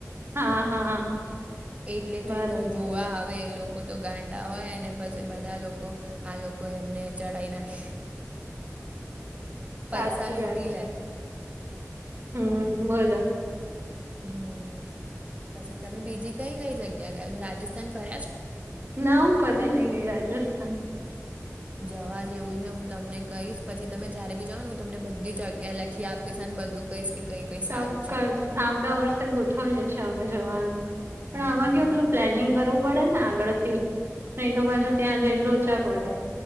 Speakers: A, on the right; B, on the right.
A: હા હા
B: એટલે
A: બરાબર
B: તો એ બધું જોવા આવે એ લોકો તો ગાંડા હોય અને પછી બધા લોકો આ લોકો એમને ચઢાઈ નાખે
A: સાચી
B: પૈસા લૂંટી
A: વાત છે
B: લે
A: હમ બોલો
B: હમ પછી તમે બીજી કઈ કઈ જગ્યા ગયા છો રાજસ્થાન ફર્યા છો
A: ના હું કદી નહીં ગઈ રાજસ્થાન
B: જવા જેવું છે હું તમને કહીશ પછી તમે જયારે બી જાઉં ને હું તમને બધી જગ્યા લખી આ પીશ અને બધું કહીશ કે કઈ કઈ
A: ચોક્કસ
B: સારું છે
A: આવતા વર્ષે ગોઠવીએ છીએ અમે જવાનું પણ
B: હમ
A: આમાં
B: બરોબર
A: કેવું પેલું પ્લેનિંગ કરવું પડે ને આગળ થી નહી તો પાછું
B: હા
A: ત્યાં જઈને લોચા પડે